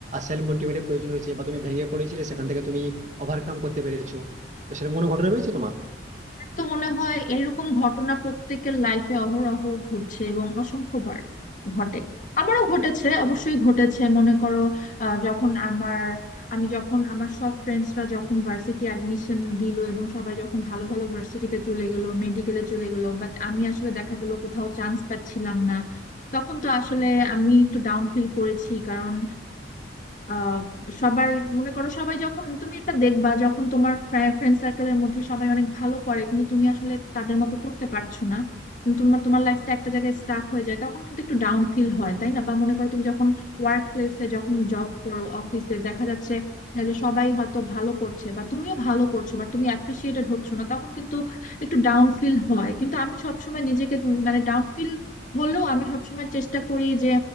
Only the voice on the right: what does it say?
সেলফ মোটিভেটের প্রয়োজন হয়েছে বা তুমি ভেঙে পড়েছিলে সেখান থেকে তুমি ওভারকাম করতে পেরেছো তো সেরকম কোনো ঘটনা রয়েছে তোমার